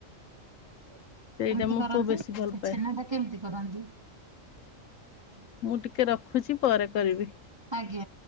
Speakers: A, on the right; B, on the left.
A: ଆଜ୍ଞା ସେଟା
B: ସେଇଟା
A: କେମତି
B: ମୋ
A: କରନ୍ତି
B: ପୁଅ ବେଶୀ ଭଲ
A: ସେ
B: ପାଏ
A: ଛେନାଟା କେମିତି କରନ୍ତି? <inaudible>
B: ମୁଁ ଟିକେ ରଖୁଛି ପରେ କରିବି।
A: ଆଜ୍ଞା।